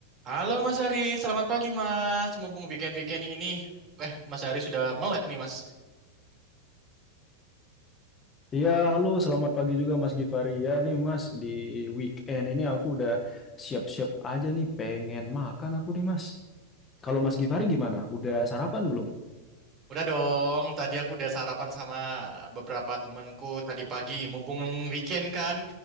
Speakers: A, on the right; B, on the left.
A: Halo Mas Ari, selamat pagi Mas. Mumpung weekend-weekend ini, eh Mas Ari sudah melek nih Mas.
B: Iya, halo, selamat pagi juga Mas Givari. Ya nih Mas, di weekend ini aku udah siap-siap aja nih pengen makan aku nih Mas. Kalau Mas Givari gimana? Udah sarapan belum?
A: Udah dong, tadi aku udah sarapan sama beberapa temanku tadi pagi. Mumpung weekend kan,